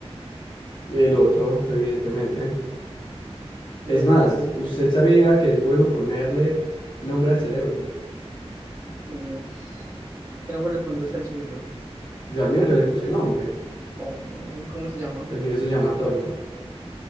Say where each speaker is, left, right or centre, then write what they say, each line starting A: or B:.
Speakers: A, on the left; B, on the right.
A: El otro, evidentemente. Es
B: Uy,
A: más,
B: qué sé.
A: usted sabía que es bueno ponerle nombre al cerebro.
B: Uf, ¿qué nombre le pondría usted al suyo?
A: Yo al mío ya le puse nombre.
B: Ay, no, ¿y ¿cómo se llama?
A: El mío se llama Toño.